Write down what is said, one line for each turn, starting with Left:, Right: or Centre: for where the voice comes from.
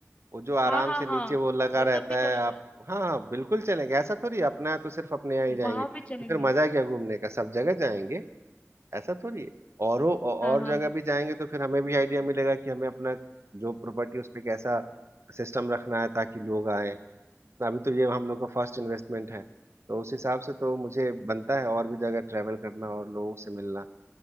Right: वो जो आराम
Left: हाँ हाँ
Right: से नीचे
Left: हाँ
Right: वो लगा
Left: वो
Right: रहता
Left: सब भी
Right: है
Left: कोशिश
Right: आप हाँ हाँ बिल्कुल चलेंगे ऐसा थोड़ी है, अपना है तो सिर्फ अपने यहाँ ही जाएंगे
Left: वहां
Right: तो
Left: भी चलेंगे
Right: फिर मजा क्या घूमने का सब जगह जाएंगे ऐसा थोड़ी है और औ- और
Left: हाँ हाँ
Right: जगह
Left: बिल्कुल
Right: भी जाएंगे तो फिर हमें भी आइडिया मिलेगा कि हमें अपना जो प्रॉपर्टी उस पे कैसा सिस्टम रखना है ताकि लोग आए अभी तो ये हम लोग का फर्स्ट इन्वेस्टमेंट है तो उस हिसाब से तो मुझे बनता है और भी जगह ट्रैवल करना और लोगों से मिलना